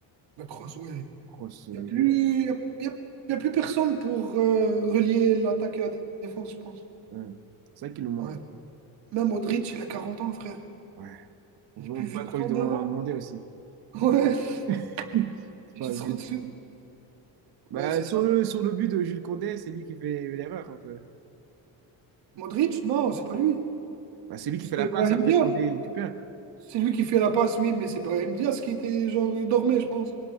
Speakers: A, on the right (about 70°); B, on the right (about 55°).
A: la crosse, ouais.
B: Kroos au
A: Il
B: milieu,
A: n'y a plus, y a, y a- y a plus personne pour euh, relier l'attaque et la défense, je pense.
B: ouais. C'est ça qui nous manque
A: Ouais.
B: aussi.
A: Même Modric, il a 40 ans, frère.
B: Ouais. On
A: Il
B: ne
A: est plus
B: peut
A: vieux
B: pas
A: que
B: trop
A: 32
B: lui demander
A: ans.
B: en demander aussi.
A: Ouais,
B: <laughs>
A: <laughs> il
B: Enfin,
A: se trouve dessus.
B: Bah,
A: Ouais, c'est
B: sur
A: ça.
B: le, sur le but de Jules Condé, c'est lui qui fait l'erreur un peu.
A: Modric, non, c'est pas lui.
B: Bah, c'est lui qui
A: C'est
B: fait la passe,
A: Brahim
B: après
A: Diaz.
B: Condé récupère.
A: C'est lui qui fait la passe, oui, mais c'est Brahim Diaz qui était genre, il dormait, je pense.